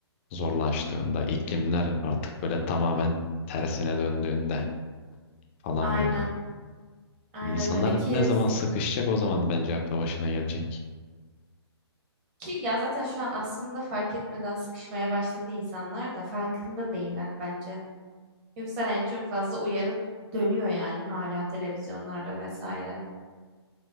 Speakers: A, on the left (about 25°); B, on the right (about 30°).
A: zorlaştığında iklimler artık böyle tamamen tersine döndüğünde falan
B: Aynen.
A: böyle.
B: Aynen
A: İnsanlar
B: öyle ki
A: ne zaman sıkışacak o zaman bence akla başına gelecek.
B: Ki ya zaten şu an aslında fark etmeden sıkışmaya başladı insanlar da farkında değiller bence. Yoksa hani çok fazla uyarı dönüyor yani hala televizyonlarda vesaire.